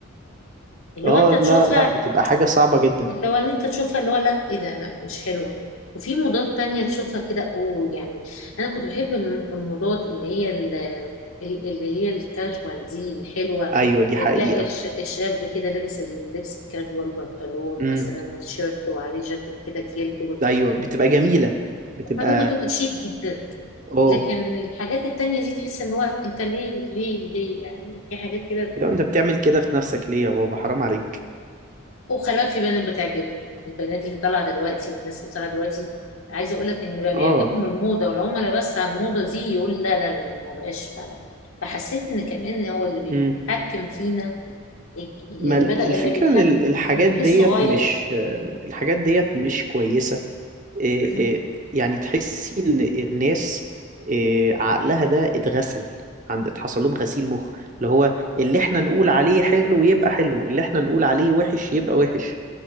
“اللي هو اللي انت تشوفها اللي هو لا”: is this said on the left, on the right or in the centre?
Left